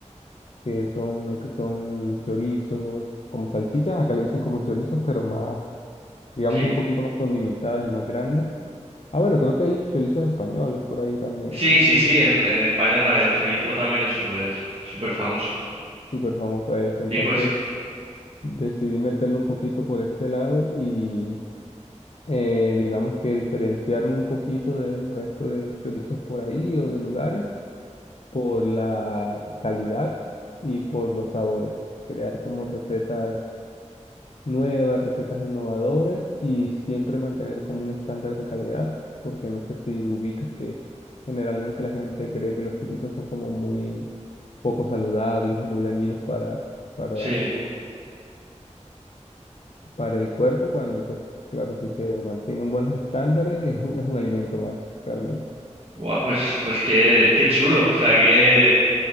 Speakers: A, on the left; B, on the right.
A: que son lo que son chorizos, como salchichas, acá le dicen como chorizos, pero más, digamos,
B: sí.
A: un poquito más condimentadas y más grandes. Ah, bueno, creo que hay chorizos españoles por ahí también,
B: Sí,
A: así
B: sí,
A: que
B: sí, en, en España ta- el chorizo también es súper, súper famoso.
A: súper famoso eso. Entonces
B: Sí, pues,
A: decidí meterle un poquito por ese lado y eh, digamos que diferenciarme un poquito del resto de chorizos por ahí o de lugares por la calidad y por los sabores. Crear como recetas nuevas, recetas innovadoras y siempre mantener como un estándar de calidad, porque no sé si ubicas que generalmente la gente cree que los chorizos son como muy poco saludables o muy dañinos para, para,
B: sí.
A: para el cuerpo, cuando pues claro, si se mantienen buenos estándares es un, es un alimento más realmente.
B: Buah, pues, pues qué, qué chulo, o sea, que...